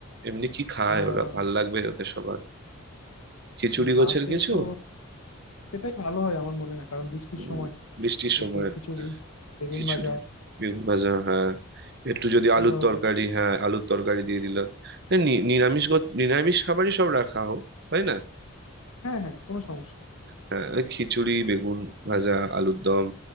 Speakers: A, on the right; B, on the left.
A: এমনি কি খায়
B: আহ
A: ওরা ভাল লাগবে ওদের সবার খিচুড়ি
B: রাতে
A: গোছের কিছু
B: তো সেটাই ভালো হয় আমার মনে হয় কারণ বৃষ্টির
A: উম,
B: সময়
A: বৃষ্টির সময়
B: একটু খিচুড়ি বেগুন
A: খিচুড়ি
B: ভাজা
A: বেগুন ভাজা হ্যাঁ একটু যদি আলুর
B: এই ধরনের
A: তরকারি হ্যাঁ আলুর তরকারি দিয়ে দিলাম হ্যাঁ, নি- নিরামিষ গো- নিরামিষ খাবারই সব রাখা হোক তাই না
B: হ্যাঁ হ্যাঁ কোনো সমস্যা নেই।
A: হ্যাঁ ওই খিচুড়ি বেগুন ভাজা আলুর দম